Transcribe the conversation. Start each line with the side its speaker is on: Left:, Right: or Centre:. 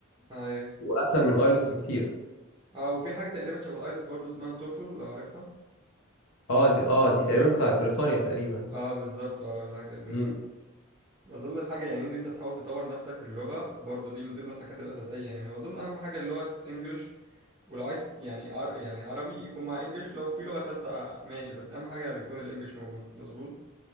Right: ايوه
Left: واسهل من ايلتس بكتير
Right: اه وفي حاجة تقريبا شبه الايلتس برضه اسمها توفل لو عارفها
Left: اه دي اه دي تقريبا بتاعت بريطانيا تقريبا
Right: اه بالظبط اه اللهجة البريطانية
Left: امم
Right: واظن الحاجة يعني ان انت تحاول تطور نفسك في اللغة برضه دي من ضمن الحاجات الأساسية يعني واظن اهم حاجة اللغة انجلش ولو عايز يعني عر... يعني عربي يكون مع انجليش لو في لغة تالتة ماشي بس اهم حاجة يكون الانجليش موجود مظبوط